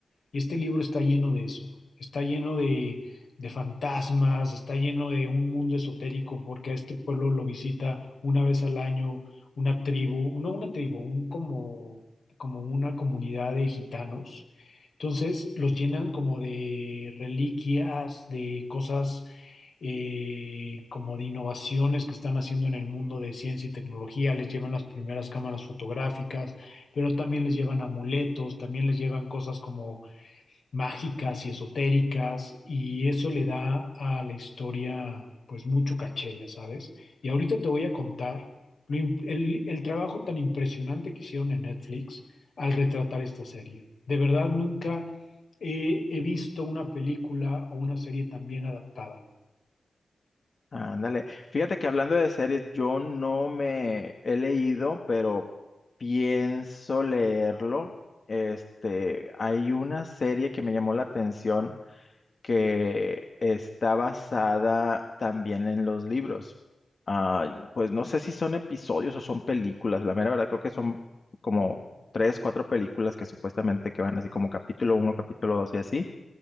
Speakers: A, on the left; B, on the left.
A: Y este libro está lleno de eso, está lleno de, de fantasmas, está lleno de un mundo esotérico, porque a este pueblo lo visita una vez al año una tribu, no una tribu, un como, como una comunidad de gitanos. Entonces los llenan como de reliquias, de cosas eh, como de innovaciones que están haciendo en el mundo de ciencia y tecnología, les llevan las primeras cámaras fotográficas, pero también les llevan amuletos, también les llevan cosas como mágicas y esotéricas, y eso le da a la historia pues mucho caché, ya sabes. Y ahorita te voy a contar lo im- el, el trabajo tan impresionante que hicieron en Netflix al retratar esta serie. De verdad, nunca he he visto una película o una serie tan bien adaptada.
B: Ándale. Fíjate que hablando de series, yo no me he leído, pero pienso leerlo. Este, hay una serie que me llamó la atención que está basada también en los libros. Ah, pues no sé si son episodios o son películas. La mera verdad creo que son como tres, cuatro películas que supuestamente que van así como capítulo uno, capítulo dos y así.